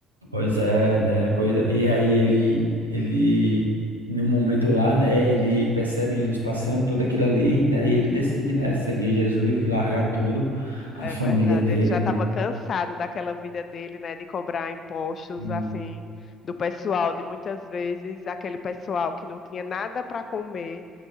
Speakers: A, on the right (about 80°); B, on the left (about 45°).
A: Pois é, né? Pois é. E aí ele, ele, no momento lá, né? Ele percebe Jesus passando tudo aquilo ali, né? E ele decide, né?
B: Isso,
A: Seguir Jesus, largar tudo, a
B: é
A: família
B: verdade.
A: dele,
B: Ele já
A: né?
B: estava cansado daquela vida dele, né, de cobrar impostos,
A: E,
B: assim, do pessoal, de muitas vezes aquele pessoal que não tinha nada para comer,